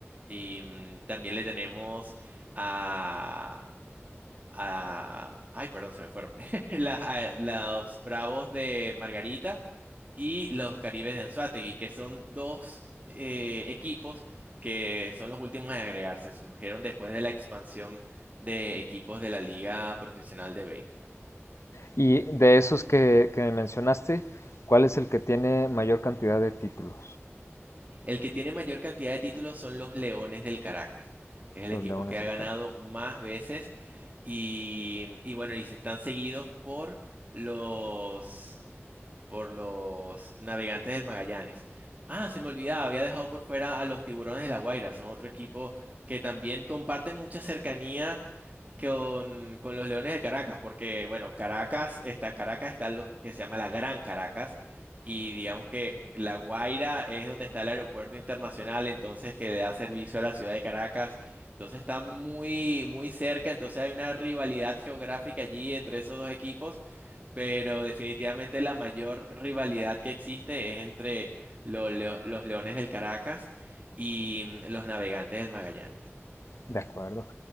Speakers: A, on the right; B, on the left.
A: Y mm, también le tenemos a, a- Ay, perdón, se me fueron. <laughs> Las- a- los Bravos de Margarita y los Caribes de Anzoátegui, que son dos eh, equipos que son los últimos en agregarse. Surgieron después de la expansión de equipos de la Liga Profesional de Béisbol.
B: Y de esos que, que mencionaste, ¿cuál es el que tiene mayor cantidad de títulos?
A: El que tiene mayor cantidad de títulos son los Leones del Caracas. Es el
B: Los
A: equipo
B: Leones
A: que ha
B: del
A: ganado
B: Caracas.
A: más veces y, y bueno, y se están seguidos por los, por los Navegantes del Magallanes. Ah, se me olvidaba, había dejado por fuera a los Tiburones de La Guaira. Son otro equipo que también comparten mucha cercanía con, con los Leones de Caracas, porque bueno, Caracas está, Caracas está lo que se llama la Gran Caracas, y digamos que La Guaira es donde está el aeropuerto internacional, entonces que le da servicio a la ciudad de Caracas. Entonces están muy, muy cerca, entonces hay una rivalidad geográfica allí entre esos dos equipos, pero definitivamente la mayor rivalidad que existe es entre lo- lo- los Leones del Caracas y mm, los Navegantes del Magallanes.
B: De acuerdo.